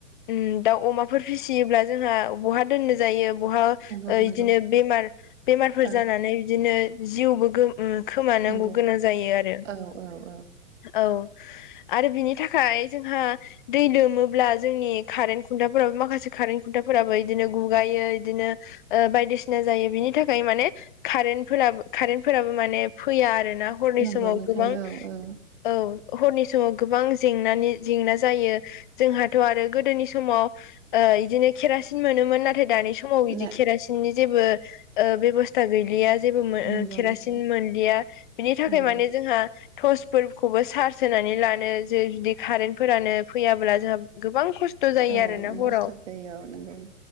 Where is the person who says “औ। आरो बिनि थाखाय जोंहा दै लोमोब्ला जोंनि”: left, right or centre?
Left